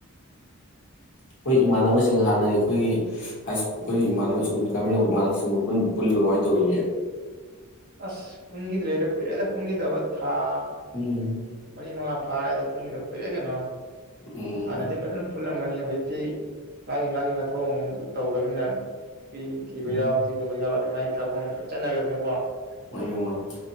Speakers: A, on the left (about 55°); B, on the right (about 45°).
A: ꯑꯩꯈꯣꯏ ꯏꯃꯥꯟꯅꯕꯁꯤꯡ ꯍꯥꯟꯅꯗꯤ ꯑꯩꯈꯣꯏꯒꯤ ꯍꯥꯏ ꯑꯩꯈꯣꯏꯒꯤ ꯏꯃꯥꯟꯅꯕ ꯄꯨꯟ ꯀꯥꯃꯤꯟꯅꯕ ꯏꯃꯥꯟꯅꯁꯤꯡꯕꯨ ꯄꯨꯟ ꯄꯨꯜꯗꯨ ꯀꯃꯥꯏꯅ ꯇꯧꯔꯤꯒꯦ
B: ꯑꯁ ꯄꯨꯟꯈꯤꯗ꯭ꯔꯦꯗ ꯀꯨꯏꯔꯦꯗ ꯄꯨꯟꯈꯤꯗꯕ ꯍꯥꯥ
A: ꯎꯝ
B: ꯃꯅꯤ ꯃꯉ ꯐꯥꯔꯦꯗ ꯄꯨꯗ ꯀꯩꯅꯣ
A: ꯎꯝ
B: ꯅꯗꯤ ꯄꯅ ꯐ ꯄꯨꯜ ꯑꯃꯅꯤ ꯍꯧꯖꯤꯛꯇꯤ ꯃꯥꯒꯤ ꯃꯥꯒꯤ ꯃꯊꯧ ꯑꯃꯝ ꯇꯧꯈ꯭ꯔꯕꯅꯤꯅ ꯄ ꯊꯤꯥꯎꯤꯔꯦ
A: ꯎꯝ
B: ꯊꯕꯛ ꯑꯃ ꯆꯠꯅꯈ꯭ꯔꯕꯅꯀꯣ
A: ꯃꯅꯤ ꯃꯅꯤ